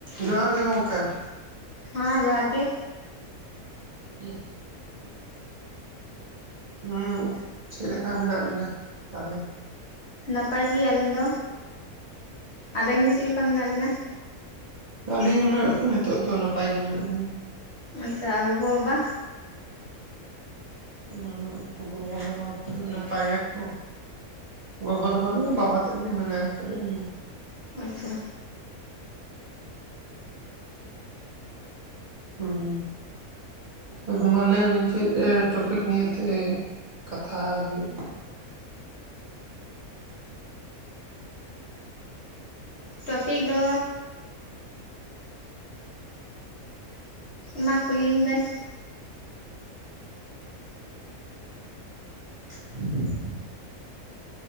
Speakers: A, on the right; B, on the left.
A: ᱡᱚᱦᱟᱨ ᱜᱮ ᱜᱚᱢᱠᱮ
B: ᱦᱮᱸ ᱡᱚᱦᱟᱨ ᱜᱤ
A: ᱦᱩ ᱦᱩᱢ ᱪᱮᱫ ᱞᱮᱠᱟ ᱢᱮᱱᱟᱜ ᱵᱤᱱᱟ ᱛᱟᱦᱚᱞᱮ
B: ᱱᱟᱯᱟᱭ ᱜᱮ ᱟᱹᱞᱤᱧ ᱫᱚ ᱟᱵᱮᱱ ᱜᱮ ᱪᱮᱫ ᱞᱮᱠᱟ ᱢᱮᱱᱟᱜ ᱵᱤᱱᱟ
A: ᱟᱹᱞᱤᱧ ᱦᱩᱱᱟᱹᱜ ᱱᱤᱛᱚᱜ ᱫᱚ ᱱᱟᱯᱟᱭ ᱜᱮ ᱢᱮᱱᱟᱜ ᱞᱤᱧᱟᱹ
B: ᱟᱪᱪᱷᱟ ᱟᱨ ᱜᱚᱜᱚ ᱵᱟᱵᱟ
A: ᱦᱩᱢ ᱜᱚᱜᱚ-ᱵᱟᱵᱟ ᱠᱚᱫᱚ ᱱᱟᱯᱟᱭ ᱜᱮᱠᱚ ᱜᱚᱜᱚ ᱫᱚ ᱵᱟᱹᱱᱩᱜ-ᱮᱭᱟ ᱵᱟᱵᱟ ᱛᱮᱫ ᱜᱮ ᱢᱮᱱᱟᱭ ᱟᱠᱟᱫᱮᱭᱟ
B: ᱟᱪᱪᱷᱟ
A: ᱦᱩ ᱦᱩ ᱟᱫᱚ ᱢᱟ ᱞᱟᱹᱭ ᱵᱤᱱ ᱪᱮᱫ ᱴᱚᱯᱤᱠ ᱱᱤᱭᱮᱛᱮ ᱠᱟᱛᱷᱟ ᱦᱩᱭᱩᱜ-ᱟ
B: ᱴᱚᱯᱤᱠ ᱫᱚ ᱢᱟ ᱠᱩᱞᱤ ᱞᱤᱧ ᱵᱮᱱ
A: <inaudible>